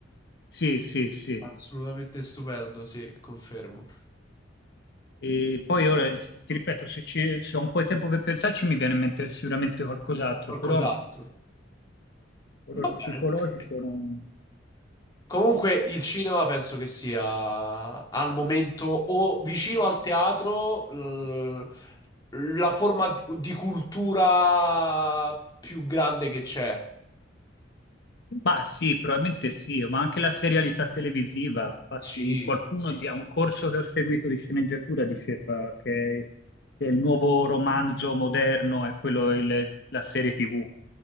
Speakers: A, on the left; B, on the left.
A: sì, sì, sì.
B: Assolutamente stupendo, sì, confermo.
A: E poi ora, ti ripeto, se, ci- se ho un po' di tempo per pensarci mi viene in mente sicuramente qualcos'altro,
B: Qualcos'altro.
A: però horror
B: Va
A: psicologico
B: bene, ok.
A: non...
B: Comunque il cinema penso che sia al momento o vicino al teatro l- la forma di di cultura più grande che c'è.
A: Ma sì, probabilmente sì, ma anche la serialità televisiva. Infatti,
B: Sì,
A: qualcuno di, a un corso che ho seguito di sceneggiatura diceva che, che il nuovo romanzo moderno è quello, il- la serie TV.